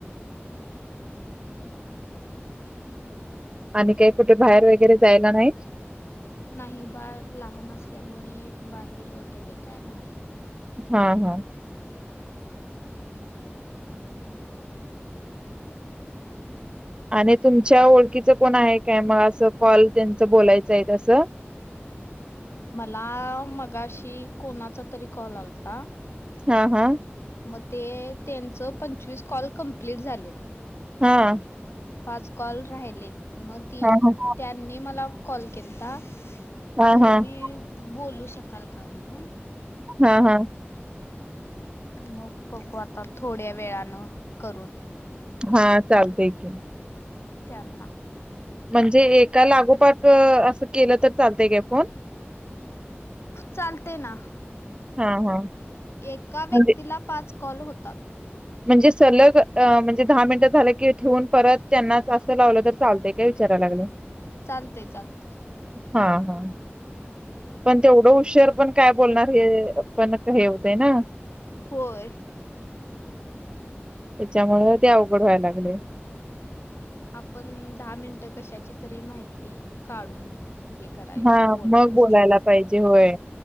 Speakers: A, on the right; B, on the left.
A: आणि काही कुठे बाहेर वगैरे जायला नाही?
B: नाही बाळ लहान असल्यामुळे, बाहेर वगैरे काय नाही.
A: हा हा! आणि तुमच्या ओळखीचं कोण आहे काय, म असं कॉल त्यांचं बोलायचं आहेत असं.
B: मला मगाशी, कोणाचा तरी कॉल आलता.
A: हा हा!
B: म ते त्यांचं पंचवीस कॉल कंप्लीट झाल्यात.
A: हा!
B: पाच कॉल राहिलेत. म तीन
A: हां, हां.
B: त्यांनी मला कॉल केलता
A: हां,
B: तुमी
A: हां.
B: बोलू शकाल का म्हणून.
A: हा हा!
B: म बघू आता थोड्या वेळानं करून.
A: हा चालतय की.
B: त्यांना.
A: म्हणजे एका लागोपाठ, असं केलं तर चालतय का फोन.
B: चालतेय ना,
A: हां, हां.
B: एका व्यक्तीला
A: म्हणजे
B: पाच कॉल होतात.
A: म्हणजे सलग अ म्हणजे दहा मिनिटं झालं की ठीवून परत त्यांनाच असं लावलं तर चालतय काय, विचाराया लागल्या. <inaudible>
B: चालतय चालतय.
A: हा हा! पण तेवढं <unintelligible> पण काय बोलणार, हे पण हे होतय आहे ना.
B: होय!
A: त्याच्यामुळ ते अवघड व्हायां लागलय.
B: आपण दहा मिनटं कशाची तरी माहिती काढून हे कराय
A: हां.
B: बोलायची
A: मग बोलायला पाहिजे होय